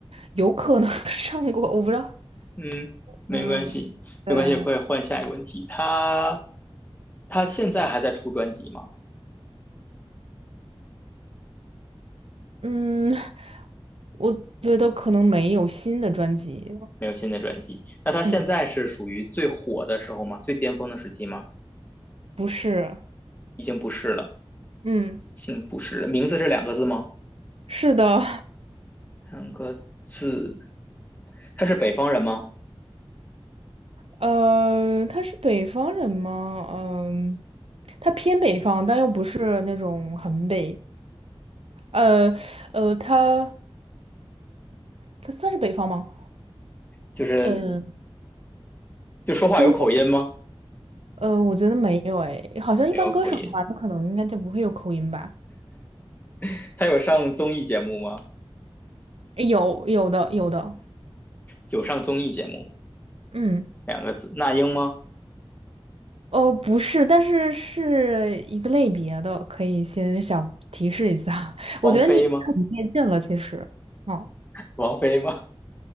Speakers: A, on the right (about 75°); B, on the left (about 20°).
A: 有可能 <laughs> 上过，我不知道。
B: 嗯，没关系，
A: 嗯，
B: 没关系，
A: 对，
B: 可以换下一个问题。他他现在还在出专辑吗？
A: 嗯，我觉得可能没有新的专辑。
B: 没有新的专辑。那他现在是属于最火的时候吗？
A: 嗯，
B: 最巅峰的时期吗？
A: 不是。
B: 已经不是了，
A: 嗯，
B: 已经不是了。名字是两个字吗？
A: 是的。
B: 两个字。他是北方人吗？
A: 呃，他是北方人吗？嗯，他偏北方，但又不是那种很北。呃呃，它它算是北方吗？
B: 就是
A: 呃，
B: 就说话有口音吗？
A: 中东呃，我觉得没有哎，好像一般歌手的话，
B: 没有口音。
A: 他可能应该就不会有口音吧？
B: <laughs> 他有上综艺节目吗？
A: 有有的有的，
B: 有上综艺节目，
A: 嗯，
B: 两个字。那英吗？
A: 哦，不是，但是是一个类别的，可以先小提示一下。<laughs>
B: 王菲吗？
A: 我觉得你已经很接近了，其实，哦，
B: 王菲吗？